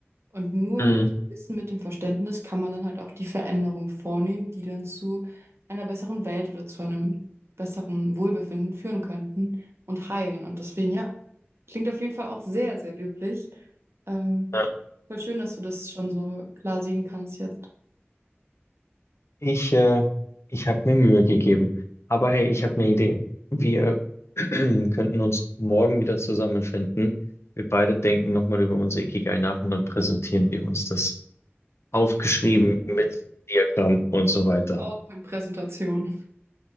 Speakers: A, on the right; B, on the left.
A: Und nur
B: Mhm.
A: mit dem Wissen, mit dem Verständnis kann man dann halt auch die Veränderung vornehmen, die dann zu einer besseren Welt oder zu einem besseren Wohlbefinden führen könnten und heilen. Und deswegen, ja, klingt auf jeden Fall auch sehr, sehr löblich. Ähm,
B: Ja.
A: voll schön, dass du das schon so klar sehen kannst jetzt.
B: Ich, äh, ich habe mir Mühe gegeben. Aber hey, ich habe eine Idee. Wir <clears throat> könnten uns morgen wieder zusammenfinden. Wir beide denken nochmal über unser Ikigai nach und dann präsentieren wir uns das aufgeschrieben mit Diagramm und so weiter.
A: PowerPoint-Präsentation.